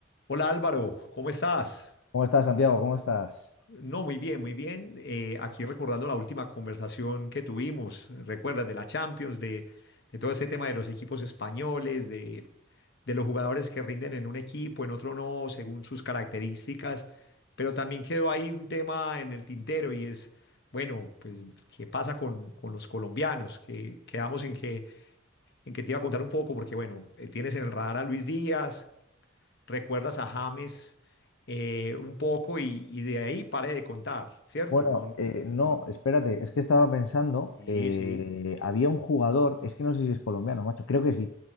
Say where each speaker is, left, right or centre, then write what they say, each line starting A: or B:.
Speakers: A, on the left (about 55°); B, on the left (about 80°).
A: Hola Álvaro, ¿cómo estás?
B: ¿Cómo estás, Santiago? ¿Cómo estás?
A: No, muy bien, muy bien. Eh, aquí recordando la última conversación que tuvimos, recuerdas de la Champions, de, de todo ese tema de los equipos españoles, de, de los jugadores que rinden en un equipo, en otro no, según sus características, pero también quedó ahí un tema en el tintero y es, bueno, pues, ¿qué pasa con, con los colombianos? Que quedamos en que, en que te iba a contar un poco, porque bueno, eh, tienes en el radar a Luis Díaz recuerdas a James eh, un poco y, y de ahí pare de contar, ¿cierto?
B: Bueno,
A: No, no,
B: eh, no,
A: no.
B: espérate, es que estaba pensando,
A: Sí,
B: eh,
A: sí.
B: había un jugador, es que no sé si es colombiano, macho, creo que sí,